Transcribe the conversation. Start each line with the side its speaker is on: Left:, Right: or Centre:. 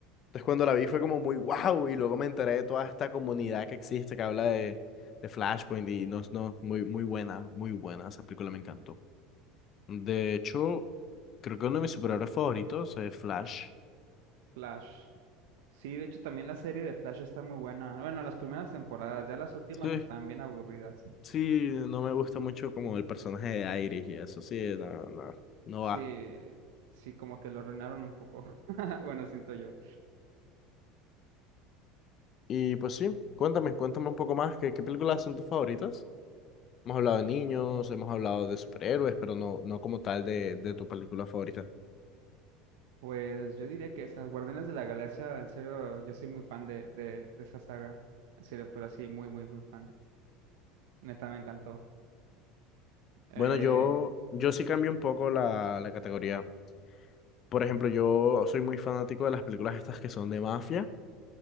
Left: Entonces cuando la vi fue como muy wow y luego me enteré de toda esta comunidad que existe que habla de, de Flashpoint y no, no, muy, muy buena, muy buena, esa película me encantó. De hecho, creo que uno de mis superhéroes favoritos es Flash.
Right: Flash. Sí, de hecho también la serie de Flash está muy buena. Bueno, las primeras temporadas, ya las últimas
Left: Sí,
Right: están bien aburridas.
Left: sí, no me gusta mucho como el personaje de Iris y eso, sí, no, no, no
Right: Sí,
Left: va.
Right: sí, como que lo arruinaron un poco. <laughs> Bueno, siento yo.
Left: Y pues sí, cuéntame, cuéntame un poco más, ¿qué, qué películas son tus favoritas? Hemos hablado de niños, hemos hablado de superhéroes, pero no, no como tal de, de tu película favorita.
Right: Pues yo diría que esas Guardianes de la Galaxia, en serio, yo soy muy fan de, de, de esa saga. En serio, pero así, muy, muy, muy fan. Neta, me encantó. Eh,
Left: Bueno, yo, yo sí cambio un poco la, la categoría. Por ejemplo, yo soy muy fanático de las películas estas que son de mafia.